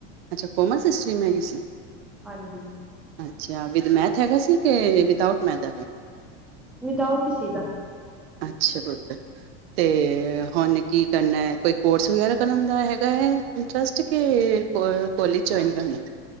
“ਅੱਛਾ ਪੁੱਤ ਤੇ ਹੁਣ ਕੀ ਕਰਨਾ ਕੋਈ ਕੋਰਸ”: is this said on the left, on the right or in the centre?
Right